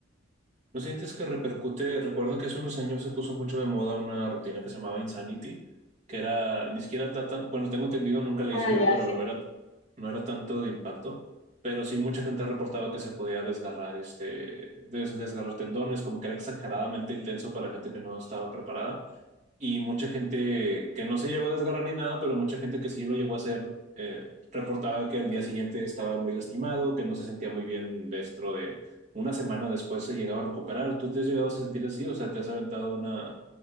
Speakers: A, on the right; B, on the left.
A: ¿No sientes que repercute? Recuerdo que hace unos años se puso mucho de moda una rutina que se llamaba Insanity, que era ni siquiera tata, bueno, tengo entendido, nunca la
B: Ah,
A: hice yo,
B: ya,
A: pero
B: sí.
A: no era, no era tanto de impacto. Pero sí mucha gente reportaba que se podía desgarrar este, des- desgarrar tendones, como que era exageradamente intenso para gente que no estaba preparada y mucha gente que no se llegó a desgarrar ni nada, pero mucha gente que sí lo llegó a hacer, eh, reportaba que al día siguiente estaba muy lastimado, que no se sentía muy bien dentro de una semana después se llegaba a recuperar. ¿Tú te has llegado a sentir así? O sea, te has aventado una,